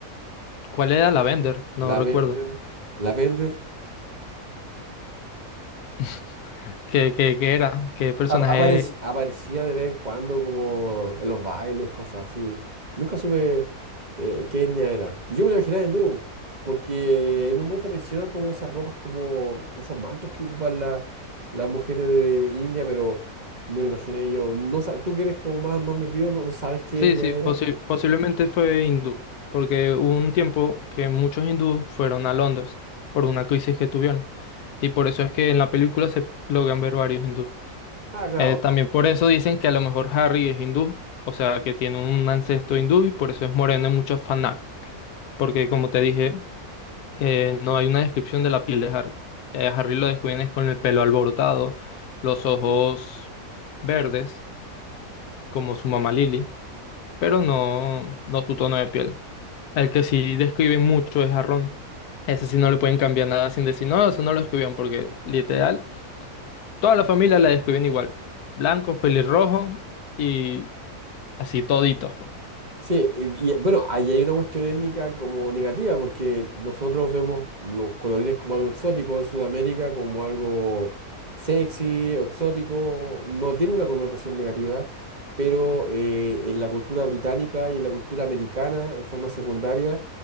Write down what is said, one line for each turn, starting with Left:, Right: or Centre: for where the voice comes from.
Left: ¿Cuál era la Bender? No
Right: La
Left: recuerdo.
Right: Bender, la Bender
Left: <laughs> ¿Qué, qué, qué era? ¿Qué personaje?
Right: ap- aparec- aparecía de vez en cuando como en los bailes, cosas así. Nunca supe eh, qué etnia era. Yo me la imaginaba hindú, porque en un momento mencionan como esas ropas, como esos mantos que ocupan la- las mujeres de India, pero me lo imaginé yo. No, sa- tú que eres como más, más metido, no, no sabes qué
Left: Sí,
Right: etnia
Left: sí,
Right: era.
Left: posi- posiblemente fue hindú, porque hubo un tiempo que muchos hindúes fueron a Londres por una crisis que tuvieron, y por eso es que en la película se logran ver varios hindúes.
Right: Ah, claro.
Left: Eh, también por eso dicen que a lo mejor Harry es hindú, o sea, que tiene un ancestro hindú y por eso es moreno en muchos fanart, porque como te dije, eh, no hay una descripción de la piel de Harry. Eh, a Harry lo describen es con el pelo alborotado, los ojos verdes, como su mamá Lily, pero no, no su tono de piel. El que sí describen mucho es a Ron. Ese sí no le pueden cambiar nada sin decir, no, eso no lo escribieron, porque literal, toda la familia la describen igual. Blancos, pelirrojos y Así toditos, pues.
Right: Sí, y, y, bueno, ahí hay una cuestión étnica como negativa, porque nosotros vemos los colorines como algo exótico en Sudamérica, como algo sexy o exótico, no tiene una connotación negativa, pero eh, en la cultura británica y en la cultura americana, en forma secundaria,